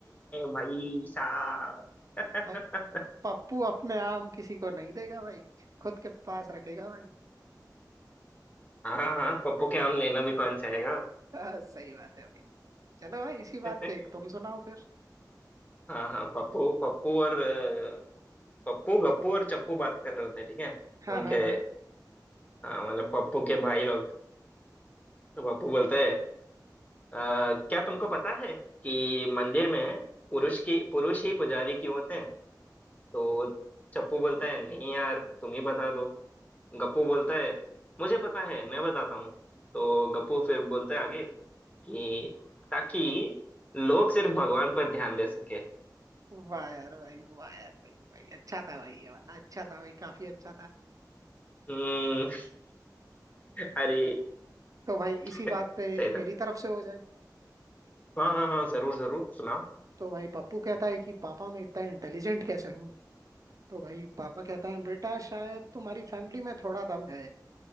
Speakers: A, on the left (about 20°); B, on the right (about 50°).
A: भाई साहब <laughs>
B: भाई पप्पू अपने आम किसी को नहीं देगा भाई खुद के पास रखेगा भाई <laughs>
A: हाँ हाँ पप्पू के आम लेना भी कौन चाहेगा
B: हाँ, सही बात है भाई चलो भाई इसी बात
A: <laughs>
B: पे एक तुम सुनाओ फिर
A: हाँ हाँ पप्पू पप्पू और अ, पप्पू गप्पू और चप्पू बात कर रहे होते हैं ठीक है
B: हाँ
A: उनके
B: हाँ हाँ
A: हाँ मतलब पप्पू के भाई लोग तो पप्पू बोलते हैं "अ, क्या तुमको पता है कि मंदिर में पुरुष की पुरुष ही पुजारी क्यों होते हैं तो चप्पू बोलता है नहीं यार तुम ही बता दो गप्पू बोलता है मुझे पता है मैं बताता हूँ तो गप्पू फिर बोलता है आगे कि ताकि लोग सिर्फ भगवान पर ध्यान दे सके
B: वाह यार भाई वाह यार भाई भाई अच्छा था भाई ये वाला अच्छा था भाई काफी अच्छा था
A: हम्म <laughs> अरे
B: तो भाई इसी
A: <laughs>
B: बात पे
A: सही
B: एक
A: था
B: मेरी तरफ से हो जाए
A: हाँ हाँ हाँ जरूर जरूर सुनाओ
B: तो भाई पप्पू कहता है कि पापा मैं इतना इंटेलिजेंट कैसे हूँ तो भाई पापा कहता है बेटा शायद तुम्हारी फैमिली में थोड़ा दम है